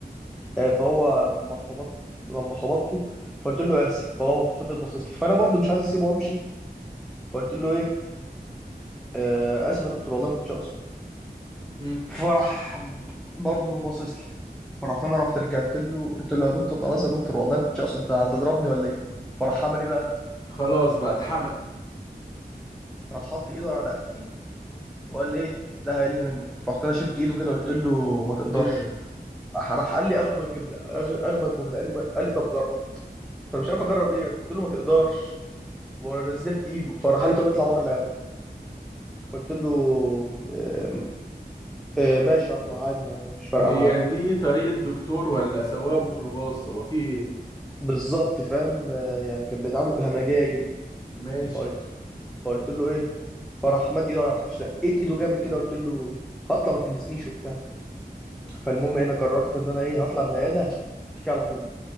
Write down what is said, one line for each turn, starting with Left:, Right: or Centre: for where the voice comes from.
Centre: آه، فهو لما خبطت لما خبطته فقلت له اسف فهو فضل باصص لي فانا برضو مش عايز اسيبه وامشي فقلت له ايه آه اسف يا دكتور والله ما كنتش اقصد
Left: امم
Centre: فراح برضه باصص لي فرحت انا رحت رجعت له قلت له يا دكتور خلاص يا دكتور والله ما كنتش اقصد ده هتضربني ولا ايه فراح عمل ايه بقى
Left: خلاص بقى اتحمق
Centre: راح حط ايده على رقبتي وقال ايه لا هيقل منك رحت انا شلت ايده كده قلت له ما تقدرش
Left: ايه ده
Centre: راح راح قال لي اغبى جمله أغ- اغبى جمله قال لي ما- قال لي طب جرب فانا مش عارف اجرب ايه قلت له ما تقدرش ونزلت ايده فراح قال لي طب اطلع بره العيادة فقلت له آم، آم، ماشي هطلع عادي ما- مش فارقه
Left: هي
Centre: معايا
Left: دي طريقة دكتور ولا سواق ميكروباص هو في ايه
Centre: بالظبط فاهم آه، يعني كان بيتعامل بهمجيه جدا
Left: ماشي
Centre: فقلت فقلت له ايه فراح مد ايده راح شقيت ايده جامد كده قلت له هطلع ما تلمسنيش وبتاع فالمهم إيه، انا قررت ان انا ايه هطلع من العياده هشتكي على طول